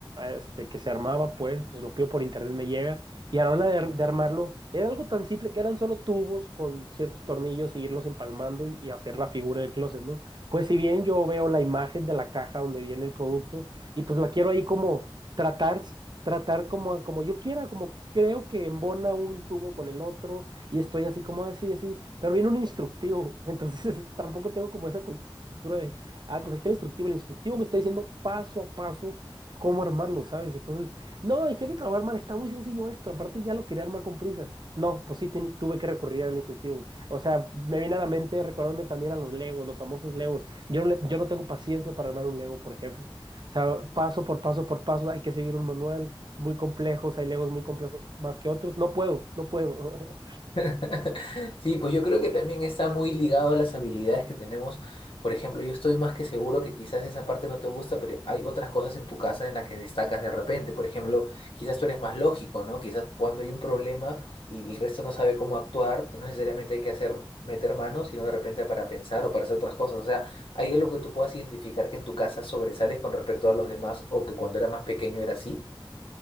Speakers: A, on the right (about 55°); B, on the left (about 75°).
A: este, que se armaba, pues, entonces lo pido por internet, me llega. Y a la hora de, de armarlo, era algo tan simple que eran solo tubos con ciertos tornillos y irlos empalmando y, y hacer la figura del closet, ¿no? Pues si bien yo veo la imagen de la caja donde viene el producto y pues la quiero ahí como tratar, tratar como, como yo quiera, como creo que embona un tubo con el otro y estoy así como así, así, pero viene un instructivo, entonces <laughs> tampoco tengo como esa cultura de, Ah, pues ahí está el instructivo. El instructivo me está diciendo paso a paso cómo armarlo, ¿sabes? Entonces, no, dije de trabajar armar, está muy sencillo esto. Aparte, ya lo quería armar con prisa. No, pues sí, tiene- tuve que recurrir al instructivo. O sea, me viene a la mente recordándome también a los Legos, los famosos Legos. Yo no, le- yo no tengo paciencia para armar un Lego, por ejemplo. O sea, paso por paso por paso, hay que seguir un manual muy complejos. Hay Legos muy complejos más que otros. No puedo, no puedo. <laughs>
B: <laughs> Sí, pues yo creo que también está muy ligado a las habilidades que tenemos. Por ejemplo, yo estoy más que seguro que quizás esa parte no te gusta, pero hay otras cosas en tu casa en las que destacas de repente. Por ejemplo, quizás tú eres más lógico, ¿no? Quizás cuando hay un problema y el resto no sabe cómo actuar, y no necesariamente hay que hacer meter manos, sino de repente para pensar o para hacer otras cosas. O sea, hay algo que tú puedas identificar que en tu casa sobresales con respecto a los demás o que cuando eras más pequeño era así.